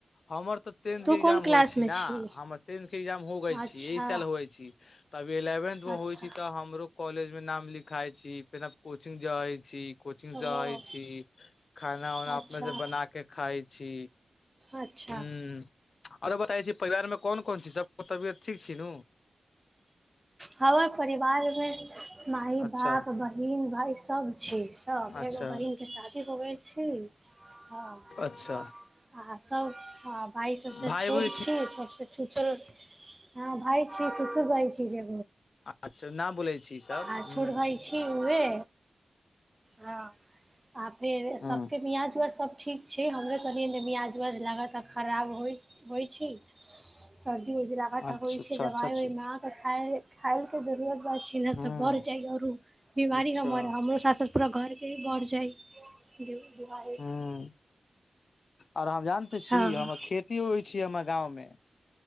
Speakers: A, on the left; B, on the right.
A: हमर तेंठ
B: तू
A: के एगजाम
B: कोन क्लासमे
A: होई छि ना
B: छी
A: हम टेंठ के एगजाम हो गेल
B: अच्छा
A: छी ई साल होई छि त अभी एले टेन्थ मे
B: अच्छा
A: होइ छी तऽ हमरो कॉलेज मे नाम लिखाइ छी फेना कोचिंग जाइ छी कोचिंगसँ
B: ओ
A: आइ छी खाना उाना
B: अच्छा
A: अपने सब खाइ छी
B: अच्छा
A: ह आरो बताउ छी परिवार मे कोन कोन चीज सब तबियत ठीक छी नू
B: हमर परिवार मे माय
A: अच्छा
B: बाप बहिन भाय सब छी सब
A: अच्छा
B: ए बहिन के शादी होब छी आ
A: अच्छा
B: सब ह भाई सबसे
A: भाय
B: छोट
A: बहिन
B: छी सबसे छोट चल हँ भाय छी छ भाइ छी जे
A: अच्छा नहि बोलै छी सभ
B: आ छोट
A: ह्म्म
B: भाय छी उहे हँ आ फेर सबके
A: हूँ
B: मियज उआज सब ठीक छै हमरो तनि ने मिआाज उआाज लागत आ खराब होइत होइ छी सब हो छै लगातार
A: अच्छा
B: होइ
A: अच्छा
B: छै दवाइ
A: अच्छा
B: होइमे
A: छी
B: आके खायल के जरूरत भ तऽ
A: हूँ
B: बढ़ जाइ आर बीमारी
A: अच्छा
B: हमर हमरो साथ साथ पूरा घरकेँ बढ़ जाइ द्व द्वआ एक
A: हूं आर हम जानते छी
B: हँ
A: हमर खेतीयो होइ छै हमर गाँवमे